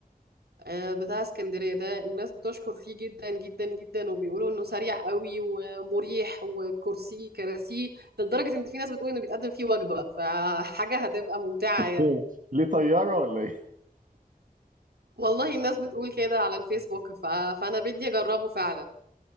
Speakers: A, on the right; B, on the right.
A: آه، بتاع اسكندرية ده الناس بتشكر فيه جدا جدا جدا وبيقولوا انه سريع قوي ومريح وكرسيه كراسيه ده لدرجة ان في ناس بتقول انه بيتقدم فيه وجبة فحاجة هتبقى ممتعة يعني
B: هو ليه طيارة ولا ايه
A: والله الناس بتقول كده على الفيسبوك ف... فانا بدي اجربه فعلا